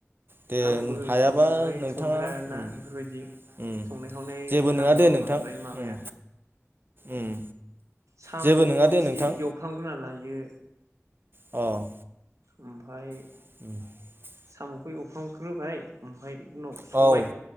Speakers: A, on the right; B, on the right.
A: दे
B: आंबो
A: हायाबा
B: बांद्राय
A: नोंथाङा
B: संफेराना
A: उम
B: बेफोरबायदि
A: उम
B: संनाय खावनाय
A: जेबो
B: हाबायाव
A: नङा दे
B: आं
A: नोंथां
B: बांद्राय माबाया।
A: उम उम
B: साम'खौ
A: जेबो नङा दे
B: एसे
A: नोंथां
B: एवफ्रामगोना लायो,
A: अ
B: ओमफाय
A: <inaudible>
B: साम'खौ एवफ्रामग्रोबाय ओमफाय उनाव
A: औ
B: सबाय